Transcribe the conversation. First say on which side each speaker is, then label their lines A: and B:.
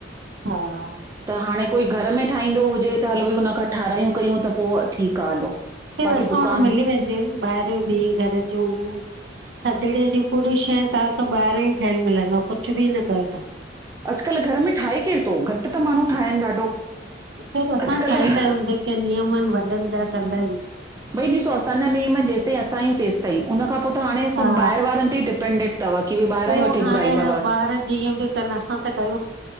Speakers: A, on the right (about 75°); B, on the right (about 20°).
A: हा
B: त हाणे कोई घर में ठाहींदो हुजे त हलो भाई हुन खां ठारहिरायूं कयूं त पो ठीक आ, हलो।
A: ख़ेर
B: बाक़ी
A: असां
B: दुकान
A: वट मिली वेंदियु आहिनि, ॿाहिरिं ॿि घर ज थधिड़ीअ जी पूरी शइ तहांखे ॿाहिरां ही ठहियल मिलंदव, कुछ बि न कयो तहां।
B: अॼुकल्ह घर में ठाहे केर तो, घट ता माण्हू ठाहिन ॾाढो
A: खैर असां
B: अॼकल्ह
A: ठाहींदा आहियूं जेके नियम आहिन वॾन जा कंदा आहियूं।
B: भाई ॾिसो असांजा नियम जेसताईं असां आहियूं तेसताई तं उन खां पो त हाणे
A: हा
B: सब बहिरि वारनि ते ही डिपेंडिट तव की भाई ॿाहिरां
A: पोइ
B: ही वठी
A: हाणे
B: घुराईंदव।
A: ॿार जीअं बि कनि असां त कयूं